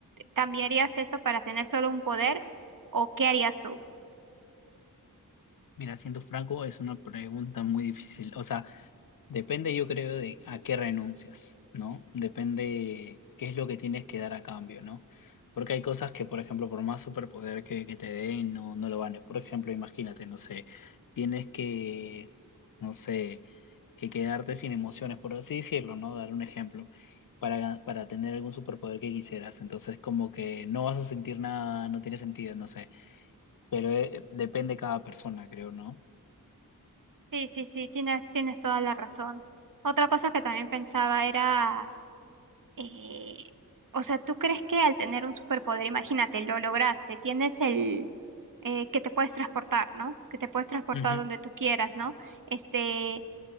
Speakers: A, on the right; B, on the left.
A: cambiarías eso para tener solo un poder o qué harías tú?
B: Mira, siendo franco, es una pregunta muy difícil. O sea, Depende, yo creo, de a qué renuncias, ¿no? Depende qué es lo que tienes que dar a cambio, ¿no? Porque hay cosas que, por ejemplo, por más superpoder que, que te den, no, no lo vale. Por ejemplo, imagínate, no sé, tienes que, no sé, que quedarte sin emociones, por así decirlo, ¿no? Dar un ejemplo, para, para tener algún superpoder que quisieras. Entonces, como que no vas a sentir nada, no tiene sentido, no sé. Pero eh, depende cada persona, creo, ¿no?
A: Sí, sí, sí, tienes, tienes toda la razón. Otra cosa que también pensaba era, eh, o sea, ¿tú crees que al tener un superpoder, imagínate, lo lograste, tienes el eh, que te puedes transportar, ¿no? Que te puedes transportar
B: Ujú.
A: donde tú quieras, ¿no? Este,